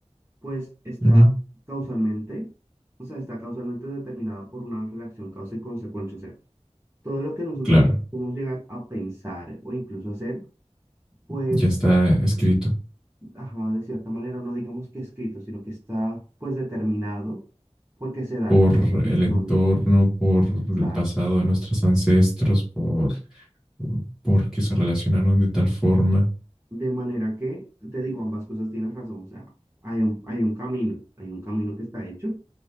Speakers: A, on the right (about 20°); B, in the centre.
A: pues está
B: ujú.
A: causalmente, o sea, está causalmente determinada por una relación causa y consecuencia. O sea, todo lo que nosotros
B: Claro,
A: podemos llegar a pensar o incluso hacer, pues,
B: ya está escrito.
A: ajá, de cierta manera, no digamos que escrito, sino que está, pues, determinado porque se dan
B: por
A: las condiciones.
B: el entorno, por el
A: Exacto.
B: pasado de nuestros ancestros, por, por que se relacionaron de tal forma,
A: De manera que, te digo, ambas cosas tienen razón. O sea, hay un, hay un camino, hay un camino que está hecho.